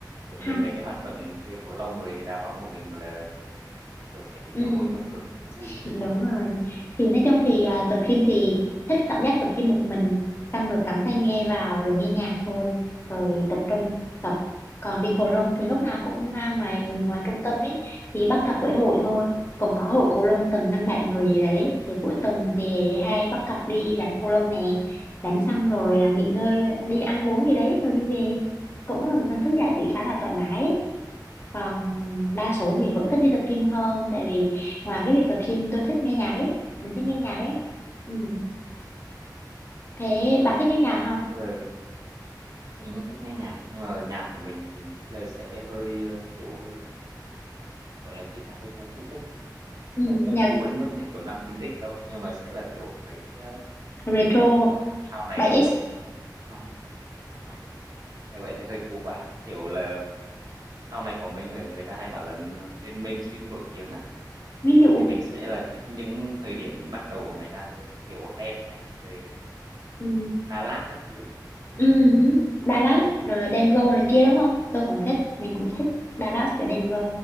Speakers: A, on the right; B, on the left.
A: kiểu mình
B: không
A: mấy cái hoạt động chơi cầu lông rồi đá bóng của mình là kiểu phải đi
B: ừ
A: theo hội theo phường mới vui
B: Đúng rồi. Thì nói chung thì à, tập gym thì thích cảm giác tập gym một mình xong rồi cắm tai nghe vào rồi nghe nhạc thôi rồi tập trung tập còn đi cầu lông thì lúc nào cũng ra ngoài ngoài trung tâm ấy thì bắt cặp với hội thôi cũng có hội cầu lông tầm năm bảy người gì đấy thì cuối tuần thì hay bắt cặp đi đánh cầu lông nè đánh xong rồi à, nghỉ ngơi đi ăn uống gì đấy rồi đi về cũng là một hình thức giải trí khá là thoải mái ấy. còn đa số thì vẫn thích đi tập gym hơn tại vì Ngoài cái việc tập gym tôi thích nghe nhạc ấy, mình thích nghe nhạc ấy. Ừ. Thế
A: Ừ.
B: bà thích nghe nhạc không?
A: Ừ. mình cũng thích nghe nhạc nhưng mà nhạc của mình mình nghĩ là sẽ hơi ờ, kiểu hơi gọi là gì ta hơi cũ cũ
B: Ừ,
A: không không
B: nhạc
A: cũ đến mức như kiểu năm chín x đâu nhưng mà sẽ là kiểu mấy ờ,
B: retro
A: những người mà sau này
B: 7X
A: nổi ấy. không, không. <laughs> như vậy thì hơi cũ quá kiểu là sau này có mấy người người ta hay bảo là lên mainstream nổi tiếng á
B: ví dụ.
A: thì mình sẽ là thích những thời điểm bắt đầu của người ta hơn kiểu Đen này rồi
B: Ừ.
A: Đà Lạt các thứ á.
B: Ừ. Dallas rồi Denver
A: ừ.
B: này kia đúng không? Tôi cũng thích, mình cũng thích
A: đúng
B: Dallas với Denver.